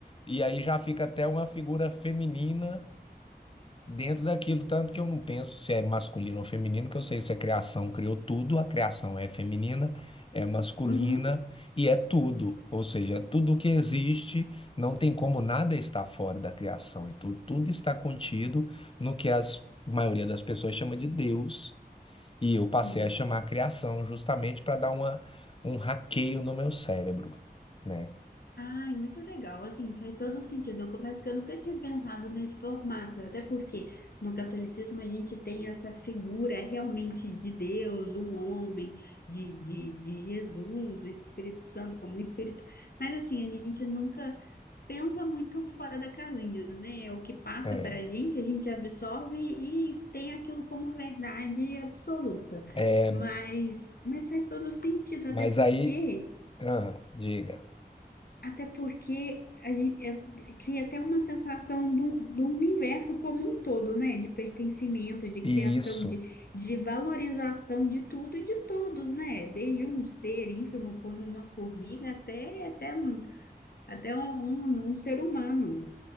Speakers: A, on the left; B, on the left.
A: E aí já fica até uma figura feminina dentro daquilo, tanto que eu não penso se é masculino ou feminino, que eu sei se a criação criou tudo, a criação é feminina, é masculina
B: Uhum.
A: e é tudo. Ou seja, é tudo que existe, não tem como nada estar fora da criação. E tudo, tudo está contido no que a maioria das pessoas chama de Deus. E eu passei
B: Sim.
A: a chamar criação justamente para dar uma, um hackeio no meu cérebro, né?
B: Ai, muito legal. Assim, faz todo sentido. Eu confesso que eu nunca tinha pensado nesse formato, até porque no catolicismo a gente tem essa figura realmente de Deus, um homem, de, de, de Jesus, o Espírito Santo como um espírito. Mas assim, a gente nunca pensa muito fora da casinha, né? É O que passa
A: É,
B: para a gente, a gente absorve e tem aquilo como verdade absoluta.
A: é,
B: Mas, mas faz todo sentido,
A: mas
B: até porque.
A: aí, ah, diga,
B: Até porque a gente, é, cria até uma sensação do, do universo como um todo, né? De pertencimento, de
A: e
B: criação,
A: isso,
B: de, de valorização de tudo e de todos, né? Desde um ser ínfimo como uma formiga até, até, um- até um, um um ser humano.